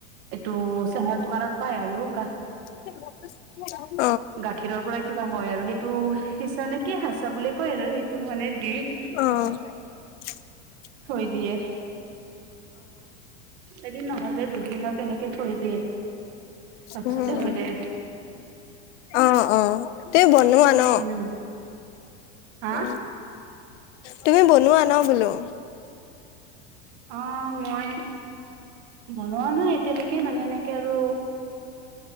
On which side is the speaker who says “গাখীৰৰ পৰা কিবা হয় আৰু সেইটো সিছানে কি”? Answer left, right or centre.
Right